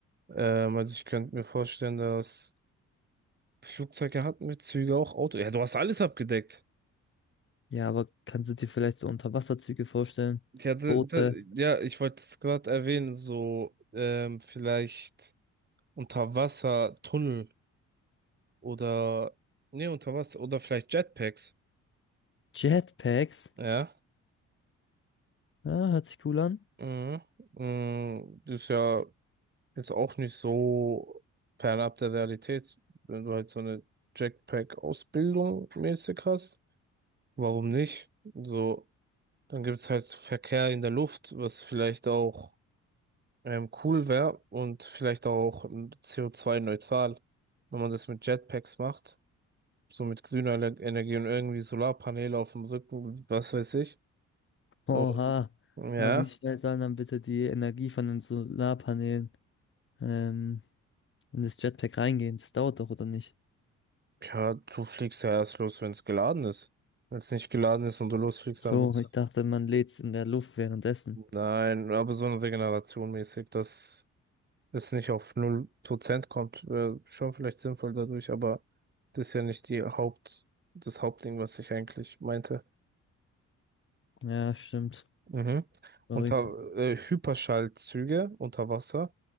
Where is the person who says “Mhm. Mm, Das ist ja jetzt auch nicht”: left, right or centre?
Right